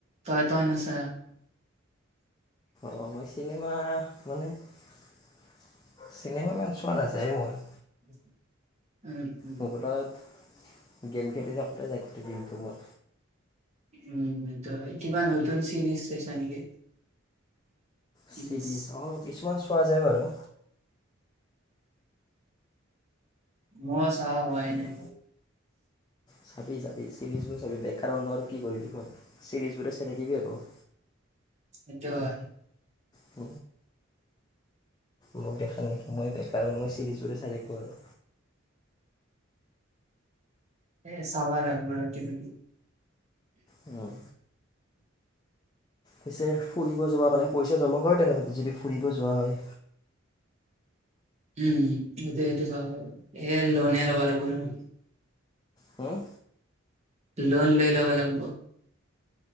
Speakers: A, on the right; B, on the left.
A: তই তই নাছা?
B: ৰ মই চিনেমা মানে চিনেমা ইমান চোৱা নাযায় মোৰ।
A: অ'।
B: মোবাইলত গেম খেলি থাকোঁতে যাই গোটেই দিনটো মোৰ।
A: উম! তই, কিবা নতুন চিৰিজ চাইছা নেকি? চিৰিজ
B: চিৰিছ অ'! কিছুমান চোৱা যায় বাৰু।
A: মই চোৱা হোৱাই
B: উম,
A: নাই।
B: চাবি, চাবি চিৰিজ বোৰ চাবি! বেকাৰ মানুহ আৰু কি কৰিবি ক চিৰিজ বোৰে দেখিবি আকৌ।
A: সেইটোও হয়।
B: <unintelligible> মোক দেখা নেকি? মই বেকাৰ মানুহ, মই চিৰিজ বোৰে চাই থাকোঁ আৰু।
A: এ, চাবা লাগব ৰ' কিবাকিবি।
B: উম! পিছে ফুৰিব যোৱাৰ মানে, পইচা জমা কৰা তেনেহলে যদি ফুৰিব যোৱা হয়।
A: উম, এইটো, এইটো <unintelligible> এই লোণেই ল'ব লাগব নহয়।
B: হুম?
A: লোণ লৈ ল'ব লাগব।